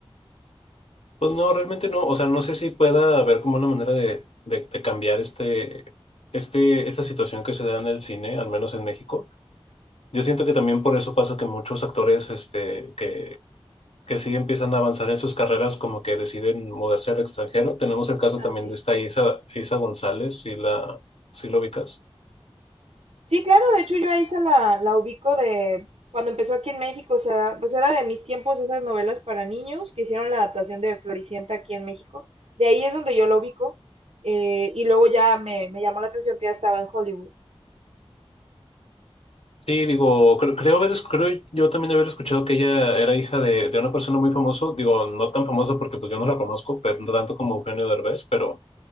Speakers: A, on the left; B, on the right.
A: pues no, realmente no, o sea, no sé si pueda haber como una manera de, de, de cambiar este, este, esta situación que se da en el cine, al menos en México Yo siento que también por eso pasa que muchos actores este, que, que sí empiezan a avanzar en sus carreras, como que deciden mudarse al extranjero. Tenemos el caso
B: Ah,
A: también
B: sí.
A: de esta Isa, Isa González, si la, si lo ubicas.
B: Sí, claro, de hecho yo a Isa la, la ubico de cuando empezó aquí en México, o sea, pues era de mis tiempos esas novelas para niños que hicieron la adaptación de Floricienta aquí en México. De ahí es donde yo la ubico. eh, y luego ya me, me llamó la atención que ya estaba en Hollywood.
A: Sí, digo, cre- creo, haber, es- creo yo también haber escuchado que ella era hija de, de una persona muy famosa, digo, no tan famosa porque pues yo no la conozco, pero no tanto como Eugenio Derbez, pero,